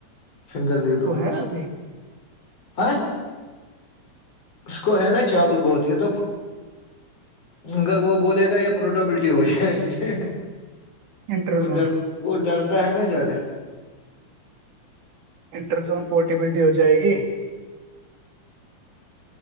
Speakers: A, on the left; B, on the right.
A: فنگر دے دوں گا
B: ہے
A: اس
B: ابھی
A: کو ہاں اس کو ہے نا چاول بہت یہ تو مگر وہ بولے گا یا پروٹیبلٹی ہو جائے
B: انٹرزون
A: وہ ڈر وہ ڈر ا ہے نا زدہ
B: انٹر زون پورٹیبلٹی ہو جائے گی